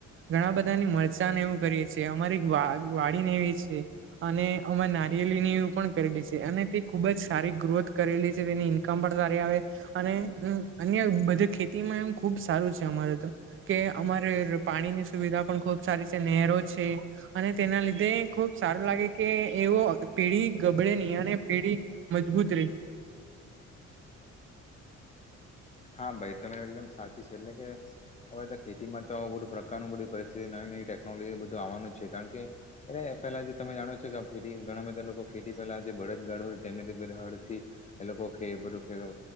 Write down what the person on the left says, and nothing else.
હા ભાઈ તમે એકદમ સાચી છે, એટલે કે. હવે તો ખેતીમાં તો બધું પ્રકારનું બધી પરિસ્થિતિ નવી નવી ટેકનોલોજી બધું આવવાનું જ છે, કારણ કે. એટલે પેલા જે તમે જાણો જ છો કે, ખેતી ઘણા બધા લોકો ખેતી પહેલા જે બળદગાડો હોય તેમને તે હડથી. એ લોકો ખે બધું ખેતર